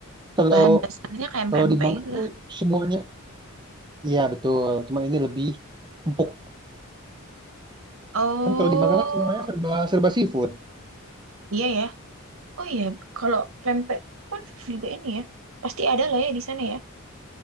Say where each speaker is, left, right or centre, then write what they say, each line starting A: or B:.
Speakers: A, on the right; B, on the right.
A: Kalau
B: bahan dasarnya kayak
A: kalau
B: pempek
A: di Bangka
B: gitu
A: itu
B: lah.
A: semuanya iya betul, cuma ini lebih empuk.
B: Oh,
A: Kan kalau di Bangka kan semuanya serba serba seafood.
B: iya ya. Oh iya, kalau pempek kan juga ini ya. Pasti ada lah ya di sana ya.